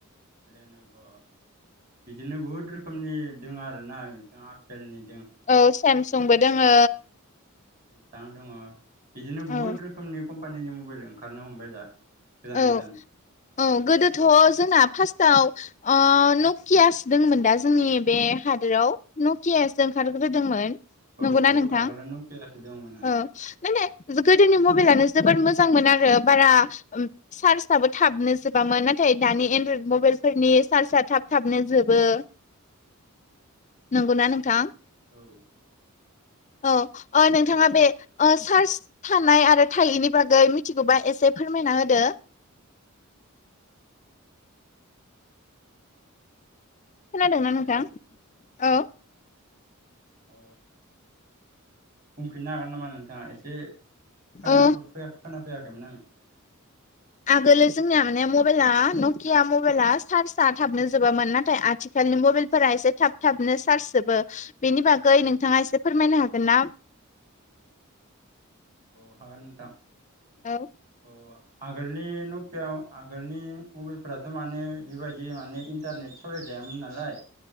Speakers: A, on the right; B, on the left.
A: लेनभ' बिदिनो बुहुद रोखोमनि दङ' आरोना बिथिं आफेलनि
B: औ सेमसंबो दोङो
A: सां‌ दङ' बिदिनो
B: औ
A: बहुत रोखोमनि कम्पानिनि मबेल ओंखारनो हमबाय दा। गोदान
B: औ
A: गोदान
B: औ गोदोथ' जोंना फास्ट टाव ओ नकियासो दोंमोन दा जोंनि बे हादोराव नकियासो ओंखार ग्रोदोंमोन
A: औ
B: नंगौना
A: औ
B: नोंथां
A: आगोलना नकियासो दङमोन
B: ओ‌ नायनाय गोदोनि मबेलानो जोबोर मोजां मोन आरो बारा चार्जआबो थाबनो जोबामोन नाथाय दानि एनड्रयड मबेइल फोरनि चार्ज आ थाब थाबनो जोबो बो
A: <inaudible>
B: नंगौना नोंथां?
A: औ
B: औ ओ‌ नोंथाङा बे‌ ओ सार्स थानाय आरो थायैनि बागै मिथिगौबा एसे फोर फोरमायना होदो। खोनादोंना नोंथां?
A: हेल'
B: औ।
A: अ बुंफिननो हागोन नामा नोंथाङा एसे खोनाफैया
B: ओ
A: खोनाफैयाखैमोन आङो? <inaudible>
B: आगोलो जोंनिया माने मबेला नकिया मबेला चार्जआ थाबनो जोबामोन नाथाय आथिखालनि मबेलफोरा एसे थाब थाबनो चार्ज जोबो बेनि बागै नोंथाङा एसे फोरमायनो हागोन ना?
A: औ हागोन नोंथां।
B: औ
A: औ आगोल नि नकियाव आगोलनि मबाइलफोराथ' माने बेबायदि माने इन्टारनेट सालायजायामोन ना लाय